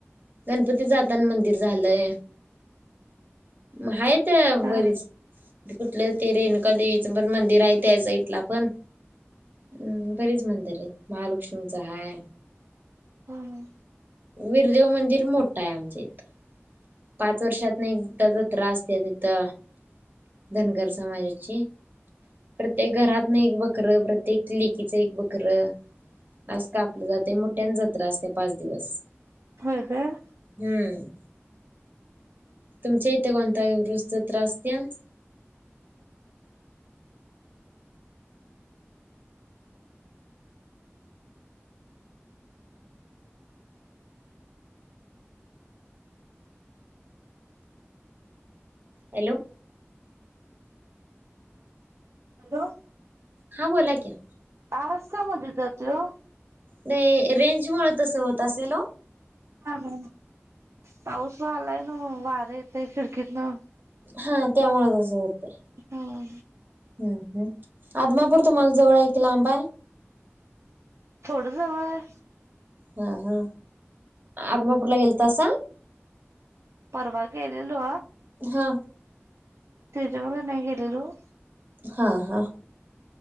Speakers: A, on the right; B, on the right.
A: गणपतीच आता आणि मंदिर झालंय. आहेत
B: हा
A: बरीच. इथं ते रेणुका देवीच पण मंदिर आहे. त्यासाईडला पण, अम् बरीच मंदिर आहेत महालक्ष्मीच हाय!
B: हम ह.
A: बिरदेव मंदिर मोठा आहे आमच्या इथं. पाच वर्षात नाही एकदाच जत्रा असत्या तिथं धनगर समाजाची. प्रत्येक घरातन एक बकररं, प्रत्येक लेकीच एक बकर आज कापलं जाते मोठ्यां जत्रा असते पाच दिवस.
B: होय काय?
A: हम्म. तुमच्या इथे कोणताही उरूस जत्रा असत्या? <inaudible> हॅलो!
B: हॅलो!
A: हा बोला की?
B: आवाज का मध्ये चा जातंय ओ?
A: नाही रेंज मुळ तस होत असेल हो.
B: हा ना पाऊस आलाय ना वार येत खिडकीतन.
A: हा त्यामुळ तस होतय,
B: हम्म
A: हम् हम्. अदमापूर तुम्हाला जवळ की लांब आहे?
B: थोडं जवळ आहे.
A: हा हा आदमापूरला गेलतासा?
B: परवा गेलेलो.
A: हा!
B: त्याच्यावर नाही गेलेलो.
A: हा हा